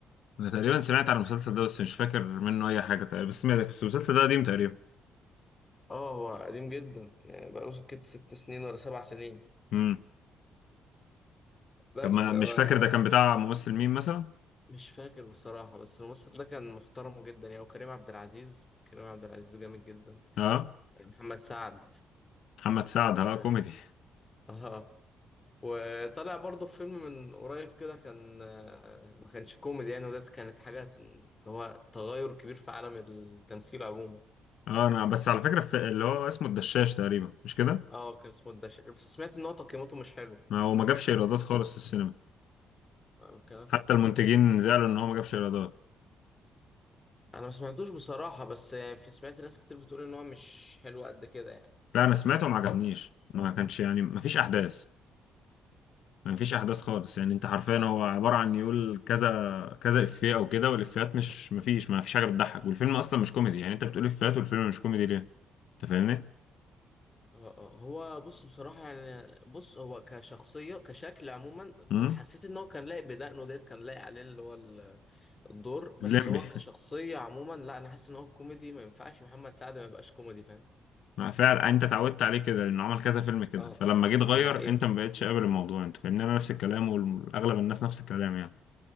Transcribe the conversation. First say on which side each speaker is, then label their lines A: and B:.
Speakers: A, on the left; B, on the left.
A: انا تقريبا سمعت عن المسلسل ده بس مش فاكر منه اي حاجه تقريبا بس سمعت بس المسلسل ده قديم تقريبا
B: اه هو قديم جدا يعني بقاله سكت ست سنين ولا سبع سنين
A: امم
B: بس
A: طب ما
B: آه،
A: مش فاكر ده كان بتاع ممثل مين مثلا
B: مش فاكر بصراحة بس الممثل ده كان محترم جدا يعني وكريم عبد العزيز كريم عبد العزيز جامد جدا
A: اه
B: محمد سعد
A: محمد سعد اه
B: اه
A: كوميدي
B: آه. وطلع برضه في فيلم من قريب كده كان آه، ما كانش كوميدي يعني وده كانت حاجة اللي هو تغير كبير في عالم التمثيل عموما
A: اه انا بس على فكره في اللي هو اسمه الدشاش تقريبا مش كده
B: اه كان اسمه الدشر بس سمعت ان هو تقييماته مش حلو
A: ما هو ما جابش ايرادات خالص في السينما
B: آه، الكلام
A: حتى
B: في كده
A: المنتجين زعلوا ان هو ما جابش ايرادات
B: انا ما سمعتوش بصراحة بس يعني في سمعت ناس كتير بتقول ان هو مش حلو قد كده يعني
A: لا انا سمعته وما عجبنيش ما كانش يعني ما فيش احداث ما فيش احداث خالص يعني انت حرفيا هو عباره عن يقول كذا كذا افيه او كده والافيهات مش ما فيش ما فيش حاجه بتضحك والفيلم اصلا مش كوميدي يعني انت بتقول افيهات والفيلم مش كوميدي ليه انت فاهمني
B: آه، آه، هو بص بصراحة يعني بص هو كشخصية كشكل عموما
A: امم
B: حسيت ان هو كان لايق بدقنه ديت كان لايق عليه اللي هو ال- الدور بس
A: الليمبي
B: هو كشخصية
A: <laughs>
B: عموما لا انا حاسس ان هو كوميدي ما ينفعش محمد سعد ما يبقاش كوميدي فاهم
A: ما فعلا انت اتعودت عليه كده لانه عمل كذا فيلم كده
B: اه
A: فلما جيت غير
B: ده حقيقة
A: انت ما بقتش قابل الموضوع انت فاهمني انا نفس الكلام واغلب الناس نفس الكلام يعني